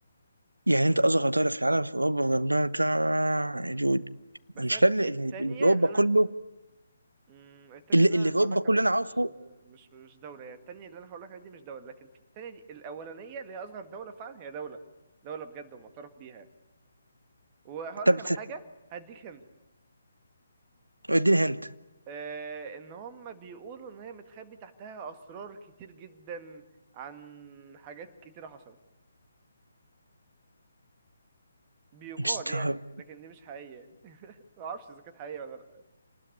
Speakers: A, on the right; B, on the right.
A: يعني انت اصغر دوله في العالم في اوروبا وجنبها بتاع- يا دود
B: بس
A: انا مش
B: هي
A: كان اللي
B: التانية
A: اللي في اوروبا
B: اللي انا
A: كله
B: مم، التانية
A: اللي,
B: اللي انا
A: اللي في
B: هقول
A: اوروبا
B: لك
A: كله
B: عليها
A: انا
B: مش
A: عارفه
B: مش مش دولة يعني التانية اللي انا هقول لك عليها دي مش دولة لكن في التانية دي الاولانية اللي هي اصغر دولة فعلا هي دولة دولة بجد ومعترف بيها يعني. وهقول
A: طب
B: لك على حاجه هديك هنت
A: اديني هنت
B: آه ان هم بيقولوا ان هي متخبي تحتها اسرار كتير جدا عن حاجات كتيره حصلت بيقال
A: مستر
B: يعني لكن دي مش حقيقيه يعني <laughs> ما اعرفش اذا كانت حقيقيه ولا لا